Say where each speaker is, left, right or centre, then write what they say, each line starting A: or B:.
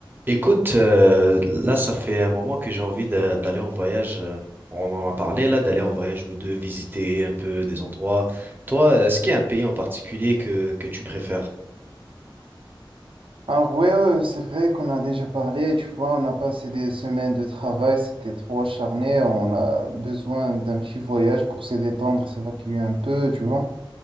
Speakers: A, on the right (about 25°); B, on the right (about 80°).
A: Écoute, euh, là, ça fait un moment que j'ai envie d'a- d'aller en voyage. euh, On en a parlé là, d'aller en voyage nous deux, visiter un peu des endroits. Toi, euh, est-ce qu'il y a un pays en particulier que, que tu préfères?
B: Alors ouais, euh, c'est vrai qu'on a déjà parlé, tu vois, on a passé des semaines de travail, c'était trop acharné, on a besoin d'un petit voyage pour se détendre, s'évacuer un peu, tu vois.